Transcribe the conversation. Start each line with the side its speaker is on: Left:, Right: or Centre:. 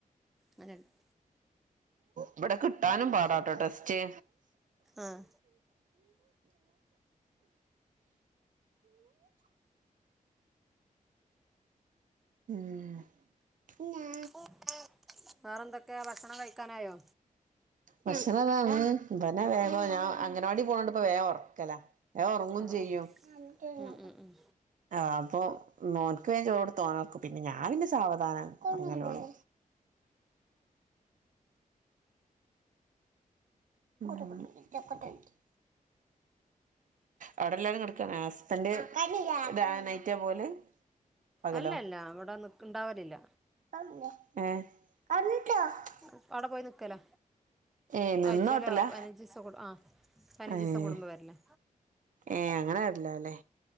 Centre: മലണ്ട്. <inaudible>
Right: ഇവടെ കിട്ടാനും പാടാട്ടോ ടെസ്റ്റ്..
Centre: ആഹ്
Right: ഉമ്
Centre: <inaudible> വെറെ എന്തൊക്കെയാ ഭക്ഷണം കഴിക്കാനായോ?
Right: ഭക്ഷണംന്നെ വേഗം ഞാൻ അങ്ങനവാടി പോകണണ്ടപ്പ വേഗം ഒറക്കലാ. വേം ഉറങ്ങും
Centre: ആഹ്
Right: ചെയ്യും
Centre: ആഹ്
Right: മ്മച്ചി ഒങ്ങണം
Centre: ഉം ഉം ഉം
Right: ആ അപ്പൊ മോൻക്ക് വേ ചോറൊട്ത് ഓനെ ഒറക്കും പിന്നെ ഞാൻ പിന്നെ സാവധാനം ഒർങ്ങ ലൊള്ളൂ <unintelligible> അവ്ടെ എല്ലാരും കെടക്കാനായോ ഹസ്ബൻഡ് ഇതാവാനായിറ്റാ പോവല് പകലോ
Centre: അല്ല അല്ല ഇവടെ നിക്ക്ൻണ്ടാവരില്ല..
Right: <inaudible>
Centre: ഇപ്പവ്ടെ പോയി നിക്കലാ
Right: ഏ നിന്നോട്ടലാ
Centre: അഴച്ചാലോ പതിനഞ്ച് ദിവസം ആ പതിനഞ്ച്
Right: ഏ
Centre: ദിവസം കുടുംബ വരലാ
Right: ഏഹ് അങ്ങനെ വരില്ല ല്ലേ.